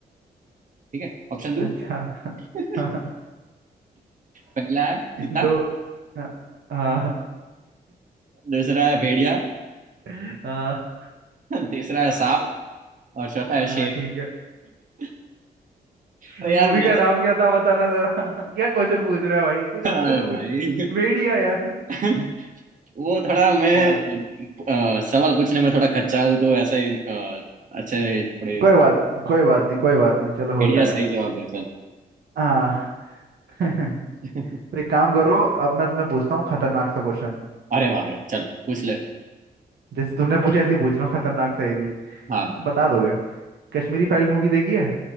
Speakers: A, on the right; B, on the right.
A: ठीक है ऑप्शन दो
B: अच्छा
A: <laughs>
B: <laughs>
A: पहला है चीता
B: दो
A: <laughs>
B: हाँ हाँ
A: दूसरा है भेड़िया
B: <laughs> हाँ
A: तीसरा है सांप और चौथा है शेर
B: हाँ, ठीक है
A: <laughs> अरे
B: मूवी
A: यार मैं
B: का नाम क्या था बताना जरा <laughs> क्या क्वेश्चन पूछ रहा है भाई कुछ अच्छे
A: अरे
B: से पूछ
A: भाई
B: भेड़िया यार
A: <laughs> वो थोड़ा मैं
B: हाँ
A: अ, सवाल पूछने में थोड़ा कच्चा हूँ तो ऐसा ही अ, अच्छे थोड़े
B: कोई बात नहीं कोई बात नहीं कोई बात नहीं चलो होता
A: बढ़िया सही
B: है
A: जवाब है चल
B: हाँ <laughs> तो
A: <laughs>
B: एक काम करो अब मैं तुम्हें पूछता हूँ खतरनाक सा क्वेश्चन
A: अरे बाप रे चल पूछ ले
B: जैसे तुमने पूछा ऐसे ही पूछ रहा हूँ खतरनाक सा ये भी
A: हाँ
B: बता दोगे कश्मीरी फाइल मूवी देखी है